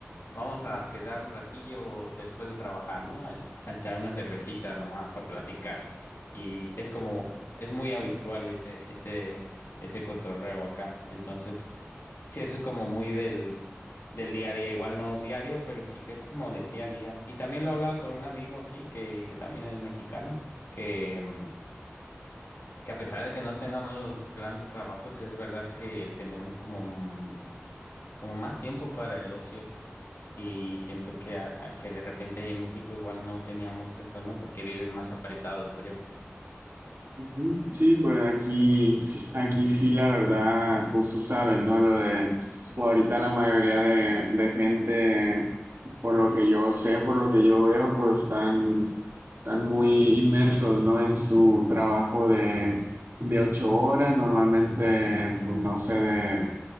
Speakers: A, on the left; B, on the right.
A: Vamos a quedar un ratillo después de trabajar, ¿no? A, a echar una cervecita nomás para platicar. Y es como, es muy habitual ese, ese, ese cotorreo acá. Entonces, sí, eso es como muy del, del día a día. Igual no diario, pero sí que es como del día a día. Y también lo hablaba con un amigo aquí que, que también es mexicano, que, mm, que a pesar de que no tengamos los grandes trabajos, es verdad que tenemos como, mm, como más tiempo para el ocio. Y siento que, a- a que de repente ahí en México igual no teníamos eso, ¿no? Porque vives más apretado, creo.
B: Ujú. Sí, pues aquí, aquí sí, la verdad, pues tú sabes, ¿no? Lo de, o ahorita la mayoría de, de gente, por lo que yo sé, por lo que yo veo, pues están, están muy inmersos, ¿no? En su trabajo de, de ocho horas, normalmente, pues no sé, de,